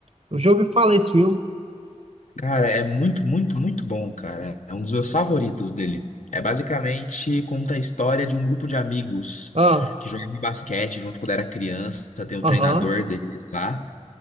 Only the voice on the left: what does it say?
Cara, é muito, muito, muito bom, cara. É um dos meus favoritos dele. É basicamente conta a história de um grupo de amigos
que jogava basquete junto quando era criança. Tem o
treinador deles lá.